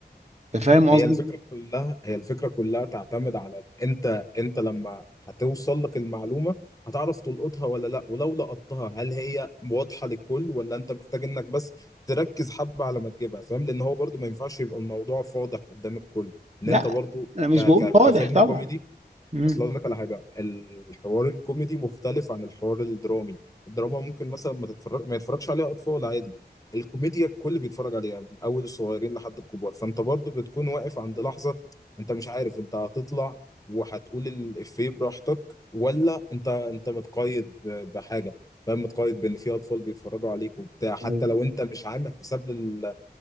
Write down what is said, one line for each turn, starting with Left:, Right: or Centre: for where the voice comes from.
Right: انت فاهم قصدي؟
Left: هي الفكره كلها هي الفكره كلها تعتمد على انت انت لما هتوصل لك المعلومه هتعرف تلقطها ولا لا ولو لقطتها هل هي واضحه للكل ولا انت محتاج انك بس تركز حبه على ما تجيبها فاهم لان هو برضو ما ينفعش يبقى الموضوع فاضح قدام الكل ان
Right: لا
Left: انت برضو
Right: انا مش
Left: ك ك
Right: بقول فاضح
Left: كفيلم
Right: طبعا
Left: كوميدي
Right: مم.
Left: اصل اقول لك على حاجه الحوار الكوميدي مختلف عن الحوار الدرامي الدراما ممكن مثلا ما تتفرج ما يتفرجش عليها اطفال عادي الكوميديا الكل بيتفرج عليها من اول الصغيرين لحد الكبار فانت برضو بتكون واقف عند لحظه انت مش عارف انت هتطلع وهتقول الافيه براحتك ولا انت انت متقيد ب- بحاجه فاهم متقيد بان في اطفال بيتفرجوا عليك وبتاع حتى
Right: أيوة.
Left: لو انت مش عامل حساب لل...